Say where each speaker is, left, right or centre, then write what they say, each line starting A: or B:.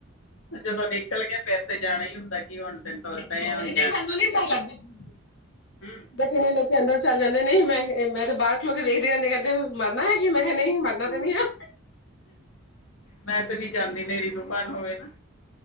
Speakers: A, on the left; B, on the left.
A: ਜਦੋਂ ਨਿਕਲ ਗੇ ਫਿਰ। ਤੇ ਜਾਣਾ ਹੀ ਹੁੰਦਾ ਕਿ ਹੁਣ ਤੇ ਤੁਰ
B: ' <unintelligible>
A: ਪਏ ਆ ਹੁਣ ਜਾਣਾ ਪੈਣਾ। ਹੂੰ।
B: 'ਦੇਖ ਕਿਵੇ ਲੈ ਕੇ ਆਂਦਾ ਚੱਲ ਜਾਂਦੇ ਨਹੀਂ ਮੈਂ-ਮੈਂ ਤੇ ਬਾਹਰ ਖਲੋ ਕੇ ਵੇਖਦੀ ਰਹਦੀ ਕਹਿੰਦੇ ਮਰਨਾ ਹੈ ਕੀ ਮੈਂ ਕਿਹਾ ਨਹੀਂ ਮਰਨਾ ਤੇ ਨਹੀਂ ਐ।
A: ਮੈਂ ਤੇ ਨੀਂ ਜਾਂਦੀ ਹਨੇਰੀ ਤੂਫਾਨ ਹੋਵੇ ਨਾਂ